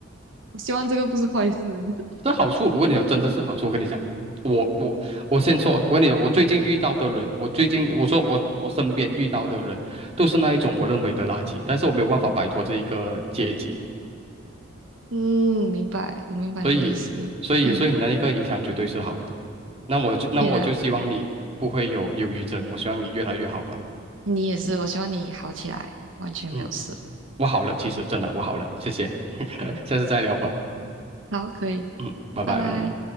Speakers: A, on the right; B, on the right.
A: 我希望这个不是坏事。<laughs>
B: 这好处，我跟你讲，真的是好处。我跟你讲，我我我先说，我跟你讲，我最近遇到的人，我最近我说我我身边遇到的人，都是那一种我认为的垃圾，但是我没有办法摆脱这一个阶级，
A: 嗯，明白，我明白你的意思。
B: 所以所以所以你那一个影响绝对是好的。
A: 嗯，
B: 那我就那么我就希望你不会有忧郁症，
A: 天呐，
B: 我希望你越来越好吧。
A: 你也是，我希望你好起来，完全没有事。
B: 嗯，我好了，其实真的我好了，谢谢，<laughs> 下次再聊吧。
A: 好，可以，
B: 嗯，拜拜。
A: 拜拜。